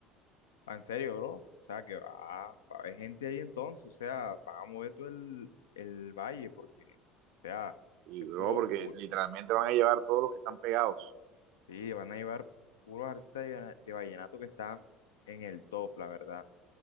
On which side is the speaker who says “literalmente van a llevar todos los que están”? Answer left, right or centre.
Right